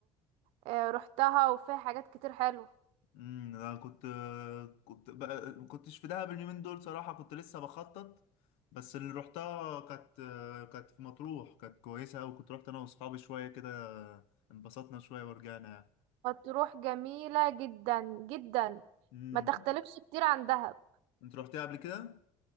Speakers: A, on the right; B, on the left.
A: آه، رحتها وفيها حاجات كتير حلوه
B: امم انا كنت آه، كنت بقى ما كنتش في دهب اليومين دول صراحه كنت لسه بخطط بس اللي روحتها كانت آه، كانت في مطروح كانت كويسه قوي كنت رحت انا واصحابي شويه كده آه، انبسطنا شويه ورجعنا يعني
A: مطروح جميله جدا جدا
B: امم
A: ما تختلفش كتير عن دهب
B: انت رحتها قبل كده